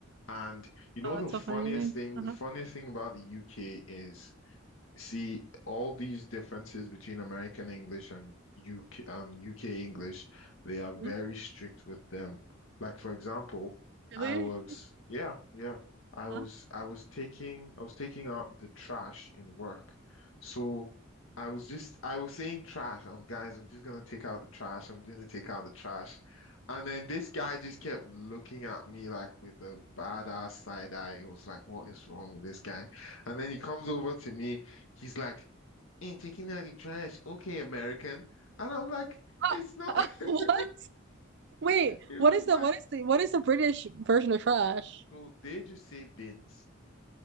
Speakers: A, on the left; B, on the right.
A: And you know
B: Oh, that's
A: the
B: so
A: funniest
B: funny.
A: thing,
B: Uh-huh.
A: the funniest thing about the UK is See, all these differences between American English and UK and UK English, they are
B: Mhm.
A: very strict with them. Like for example,
B: Really?
A: I was yeah, yeah. I was
B: Uh-huh.
A: I was taking I was taking out the trash in work. So I was just I was saying trash. I'm guys, I'm just gonna take out the trash. I'm gonna take out the trash. And then this guy just kept looking at me like with a badass side eye. It was like, what is wrong with this guy? And then he comes over to me. He's like, ain't taking out the trash. Okay, American. And I'm like,
B: Ah,
A: it's not.
B: ah,
A: <laughs>
B: <laughs> what? Wait,
A: It
B: what
A: was
B: is the
A: like,
B: what is the what is the British version of trash?
A: so they just say bins.